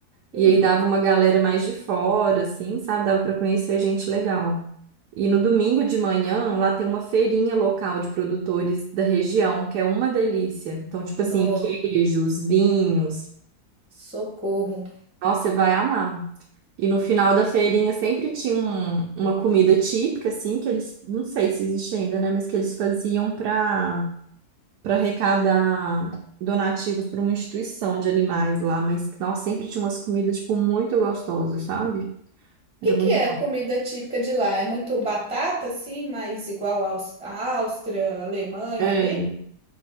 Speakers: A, on the right (about 75°); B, in the centre.
A: E
B: Hum,
A: aí dava uma galera mais de fora, assim, sabe? Dava para conhecer gente legal. E no domingo de manhã, lá tem uma feirinha local de produtores da região, que é uma delícia. Então, tipo
B: no,
A: assim, queijos, vinhos.
B: socorro. O
A: Nossa, você vai amar. E no final da feirinha sempre tinha um- uma comida típica, assim, que eles, não sei se existe ainda, né, mas que eles faziam para para arrecadar donativos para uma instituição de animais lá, mas que, nossa, sempre tinha umas comidas, tipo, muito gostosas, sabe? Era
B: que
A: muito
B: que é a
A: bom.
B: comida típica de lá? É muito batata, assim, mas igual aos- à Áustria, Alemanha
A: É.
B: ali?